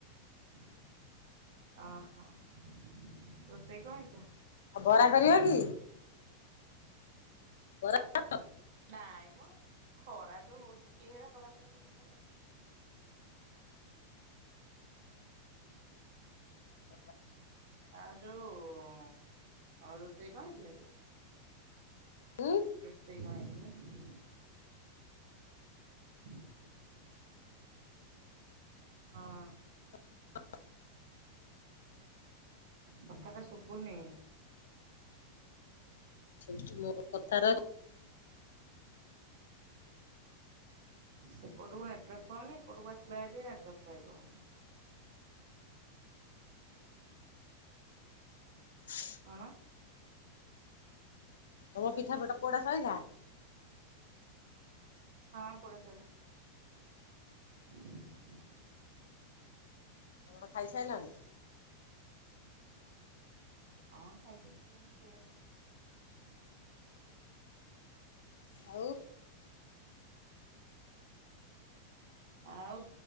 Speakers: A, on the right; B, on the left.
A: ଅ ହଁ, ରୋଷେଇ କଣ ହେଇଥିଲା?
B: ଆଉ ବରା କରିବା କି? ନା ତ।
A: ନାଇ ମ ଖରା ଯୋଉ ହଉଛି କେହେରା ବରାଫରା କରି ଖାଇବ।
B: <inaudible>
A: ଆଉ ଯୋଉ ରୋଷେଇ କଣ ହେଇଥିଲା କି?
B: ହୁଁ
A: ରୋଷେଇ କଣ ହେଇଥିଲା? <unintelligible> ହଁ
B: <unintelligible>
A: କଥା ଟା ଶୁଭୁନି।
B: ଶୁଭୁଛି ମୋ କଥା ରାକ
A: ସେପଟକୁ ନେଟୱାର୍କ ପାଉନି, ଏପଟକୁ ଆସିଲା ଟିକେ ନେଟୱାର୍କ ପାଇବ।
B: <unintelligible>
A: କଣ?
B: ତମ ପିଠା ଫିଟା ପୋଡା ସରିିଲା?
A: ହଁ ପୋଡ଼ା ସରିଲା। <unintelligible>
B: ତମେ ଖାଇ ସାରିଲନି?
A: ହଁ ଖାଇକି ଆସିଲି ଏଇନା ଶୋଇବା ପାଇଁ।
B: ଆଉ
A: ଆଉ